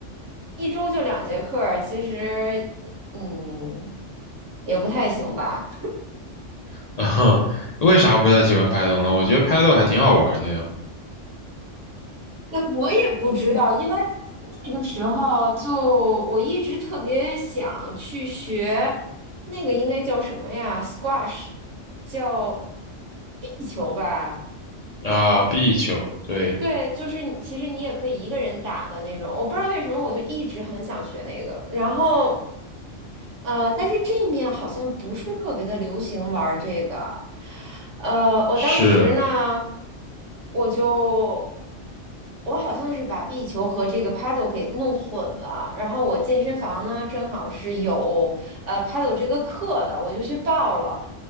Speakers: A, on the right; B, on the left.
A: 一周就两节课儿其实嗯也不太行吧。
B: <laughs> 啊，为啥不太喜欢拍斗呢？我觉得拍斗还挺好玩的呀。
A: 那我也不知道，因为那个时候就我一直特别想去学那个应该叫什么呀？squash，叫壁球吧？
B: 啊，壁球，对，
A: 对，就是你其实你也可以一个人打的那种。我不知道为什么，我就一直很想学那个。然后，呃，但是这面好像不是特别的流行玩儿这个。呃，我当时呢，
B: 是，
A: 我就我好像是把壁球和这个 paddle 给弄混了。然后我健身房呢，正好是有呃 paddle 这个课的，我就去报了。